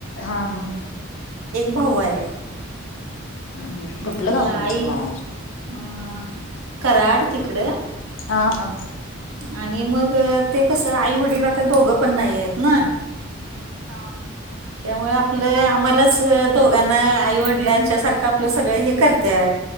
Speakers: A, on the left; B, on the right.
A: हा हा.
B: भाऊ आहे
A: हम्म कुठलं
B: मग
A: गाव
B: आई?
A: तुमचं माहेर
B: अ कराड तिकड
A: हा हा.
B: आणि मग ते कसं आई वडिला आता दोघं पण नाहीयेत ना. हा त्यामुळ आपलं आम्हालाच दोघांना आईवडिलांच्या सारखं आप आपलं सगळ हे करत्यात.